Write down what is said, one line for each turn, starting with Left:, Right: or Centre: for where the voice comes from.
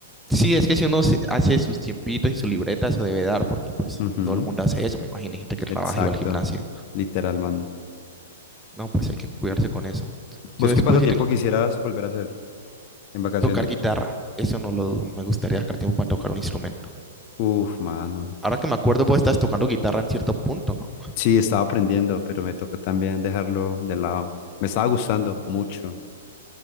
Centre: Sí, es que si uno se- hace sus tiempitos y su libreta, eso debe dar, porque pues
Left: Ujú,
Centre: todo el mundo hace eso. Me imagino hay gente que trabaja
Left: Exacto,
Centre: y va al gimnasio.
Left: literal, mano.
Centre: No, pues hay que cuidarse con eso.
Left: ¿Vos
Centre: Yo después
Left: qué pasatiempo
Centre: sí tengo
Left: quisieras
Centre: que
Left: volver a hacer en vacaciones?
Centre: tocar guitarra. Eso no lo dudo. Me gustaría sacar tiempo para tocar un instrumento.
Left: Uf, mano.
Centre: Ahora que me acuerdo, vos estás tocando guitarra en cierto punto, ¿no?
Left: Sí, estaba aprendiendo, pero me tocó también dejarlo de lado. Me estaba gustando mucho,